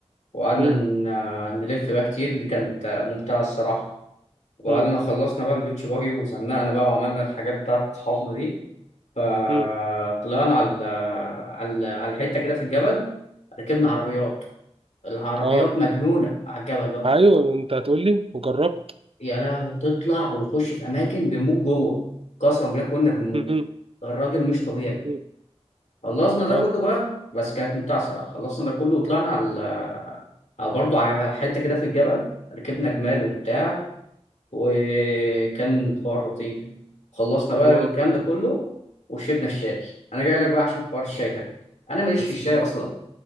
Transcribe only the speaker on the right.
مم.
مم.
مم.
اه
ايوه انت هتقول لي وجربت
مم.
مم.
اه
واو
بس
لا